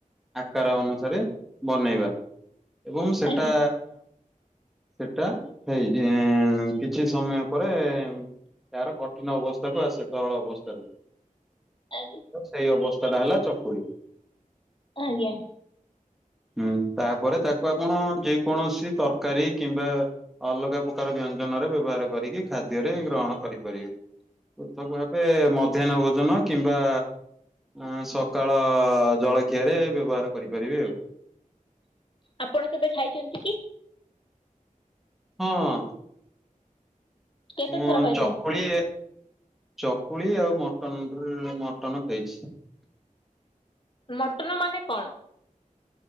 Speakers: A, in the centre; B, on the left (about 35°).
A: ଆକାର ଅନୁସାରେ ବନେଇବା। ଏବଂ ସେଟା
B: ଆଜ୍ଞା
A: ସେଟା ହେଇ କିଛି ସମୟ ପରେ ତାର କଠିନ ଅବସ୍ ତାକୁ ଆସେ ତଳ ଅବସ୍ତାରେ।
B: ଆଜ୍ଞା।
A: ସେଇ ଅବସ୍ଥା ଟା ହେଲା ଚକୁଳି।
B: ଆଜ୍ଞା।
A: ହୁଁ ତାପରେ ତାକୁ ଆପଣ ଯେ କୌଣସି ତରକାରୀ କିମ୍ବା- ଅଲଗା ପ୍ରକାର ବ୍ୟଞ୍ଜନରେ ବ୍ୟବହାର କରିକି ଖାଦ୍ୟରେ ଗ୍ରହଣ କରିପାରିବେ। ପୃଥକ ଭାବେ ମଧ୍ୟାହ୍ନ ଭୋଜନ କିମ୍ବା ଆ ସକାଳ ଜଳଖିଆରେ ବ୍ୟବହାର କରିପାରିବେ ଆଉ।
B: ଆପଣ କେବେ ଖାଇଛନ୍ତି କି?
A: ହଁ।
B: କେତେ
A: ମୁଁ
B: ଥର ଖାଇଛନ୍ତି
A: ଚକୁଳି, ଚକୁଳି ଆଉ ମଟନ ରେ ମଟନ ଖାଇଚି।
B: ମଟନ ମାନେ କଣ?